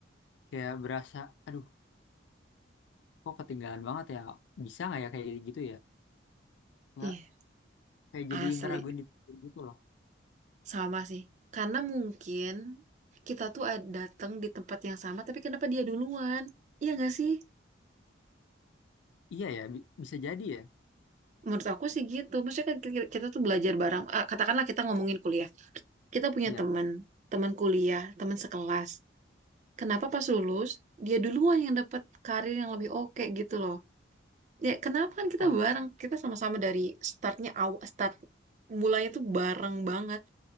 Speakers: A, on the left; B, on the right.
A: kayak berasa, aduh, kok ketinggalan banget ya? Bisa nggak ya kayak gitu ya? Nggak,
B: Ih,
A: kayak jadi
B: asli.
A: ngeraguin diri gitu loh.
B: Sama sih. Karena mungkin kita tuh ad- datang di tempat yang sama, tapi kenapa dia duluan? Iya nggak sih?
A: Iya ya, bi- bisa jadi ya.
B: Menurut aku sih gitu. Maksudnya kan kita, kita tuh belajar bareng. Ah, katakanlah kita ngomongin kuliah. Kita punya
A: Iya.
B: teman, teman kuliah, teman sekelas. Kenapa pas lulus, dia duluan yang dapat karir yang lebih oke gitu loh. Ya, kenapa kan kita
A: Oh
B: bareng, kita sama-sama dari startnya awal, start mulanya tuh bareng banget.